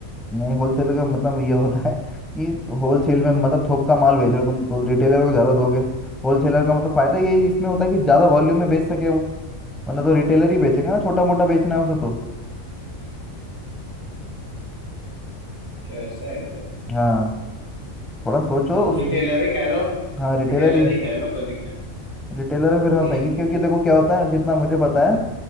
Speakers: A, in the centre; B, on the left (about 80°).
A: नहीं होलसेल का मतलब ये होता है कि होलसेल में मतलब थोक का माल बेच रहे हो तुम तो रिटेलर को ज़्यादा दोगे होलसेलर का मतलब फ़ायदा ये इसमें होता है कि ज़्यादा वॉल्यूम में बेच सके वो वरना तो रिटेलर ही बेचेगा ना छोटा मोटा बेचना है उसे तो
B: क्या ऐसा है क्या
A: हाँ थोड़ा सोचो
B: और
A: उस
B: रिटेलर ही कह लो
A: हाँ रिटेलर
B: रिटेलर
A: ही
B: ही कह लो कोई दिक्कत
A: रिटेलर है फिर हाँ
B: नहीं
A: सही
B: है
A: है क्योंकि देखो क्या होता है जितना मुझे पता है